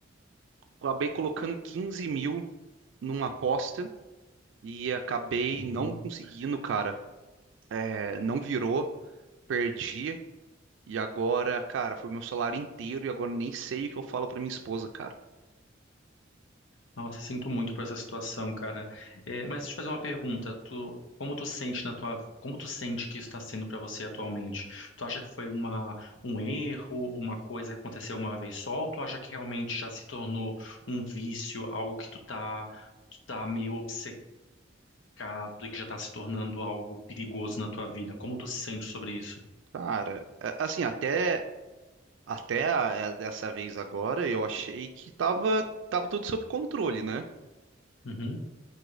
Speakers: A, on the right; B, on the left.
A: acabei colocando 15 mil numa aposta e acabei
B: Uhum.
A: não conseguindo, cara. É, não virou, perdi. E agora, cara, foi meu salário inteiro e agora nem sei o que eu falo pra minha esposa, cara.
B: Nossa, sinto muito por essa situação, cara. É, mas deixa eu fazer uma pergunta. Tu, como tu sente na tua, como tu sente que isso está sendo para você atualmente? Tu acha que foi uma, um erro, uma coisa que aconteceu uma vez só? Ou tu acha que realmente já se tornou um vício, algo que tu tá, tu tá meio obcecado? complicado e que já está se tornando algo perigoso na tua vida. Como tu se sente sobre isso?
A: Cara, é, assim, até, até a- é, dessa vez agora eu achei que tava, tava tudo sob controle, né?
B: Uhum,